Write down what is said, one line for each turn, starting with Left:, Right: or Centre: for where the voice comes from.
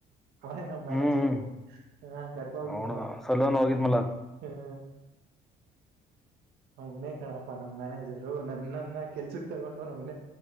Right: ಹ ನಾವ್ ಮ್ಯಾನೇಜರು
Centre: ಹ್ಮ್
Right: ಹ ಕರ್ಕ ಹೋಗಿದ್ನಲ್ಲ
Centre: ನೋಡ ಸಲೂನ್ ಹೋಗಿದ್ಮಲ.
Right: ಹ್ಮ ಅವನೇ ಕಣಪ ನಮ್ ಮ್ಯಾನೇಜರು ನನ್ನನ್ನ ಕೆಲ್ಸಕ್ ತಗೊಂಡು ಅವ್ನೇ